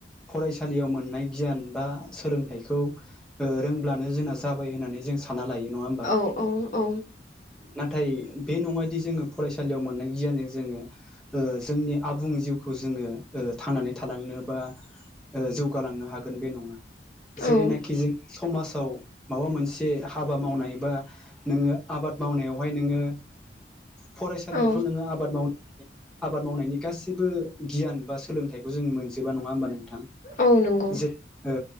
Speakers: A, in the centre; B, on the left.
A: फरायसालियाव मोननाय गियान बा सोलोंथाइखौ ओ रोंब्लानो जोंना जाबाय होननानै जों सानो ना लायो नङा होमबा
B: औ औ औ
A: नाथाय बे नङादि जोङो फरायसालियाव मोननाय गियानजों जोङो ओ जोंनि आबुं जिउखौ जोङो ओ थांनानै थालांनो बा ओ जौगालांनो हागोन बे नङा जेरैनाखि
B: औ
A: जों समाजाव माबा मोनसे हाबा मावनाय बा नोङो आबाद मावनायावहाय नोङो फरायसालियावथ'
B: औ
A: नोङो आबाद मावनो आबाद मावनायनि गाैबो गियान बा सोलोंथाइखौ जों मोनजोबा नङा होमबानों थां
B: औ नंगौ
A: जेरै ओ